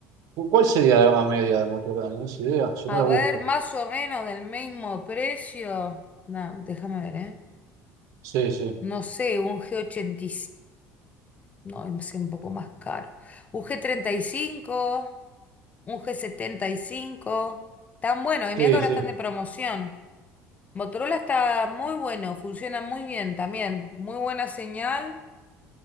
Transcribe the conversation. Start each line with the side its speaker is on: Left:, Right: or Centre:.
Right: ¿Cu- ¿Cuál sería la gama media de Motorola? ¿No es idea? Si
Left: A
Right: no la
Left: ver,
Right: busco.
Left: más o menos del mismo precio. No, déjame ver, ¿eh?
Right: Sí, sí.
Left: No sé, un G80. No, es un poco más caro. Un G35, un G75. Tan bueno, y mira
Right: Sí,
Left: que ahora
Right: sí.
Left: están de promoción. Motorola está muy bueno, funciona muy bien también, muy buena señal,